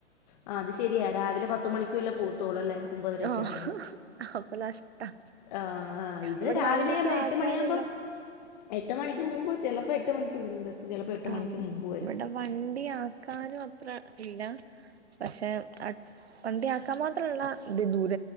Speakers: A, on the left; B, on the right.
A: ആ അത് ശരിയ രാവിലെ പത്തുമണിക്ക് വല്ലേ പോത്തോളൂ അല്ലേ. ഒമ്പതരൊക്കെ
B: ആ
A: ആവുമ്പോ
B: അപ്പം നഷ്ടാ
A: ആഹ ഇത്
B: അവിടെ
A: രാവിലെ
B: വണ്ടിക്ക്
A: മ്മൾ എട്ട്മണിയാകുമ്പം.
B: ആക്കാനുമില്ല
A: എട്ട് മണിക്ക് മുമ്പ് ചിലപ്പോ എട്ട് മണിക്ക് വരും. ബസ്സ് ചിലപ്പോ എട്ട്
B: ആ
A: മണിക്ക് മുമ്പ് വരും
B: ഇവടെ വണ്ടി ആക്കാനും അത്ര ഇല്ല. പക്ഷെ വണ്ടി ആക്കാൻ മാത്രള്ള ഇത് ദൂര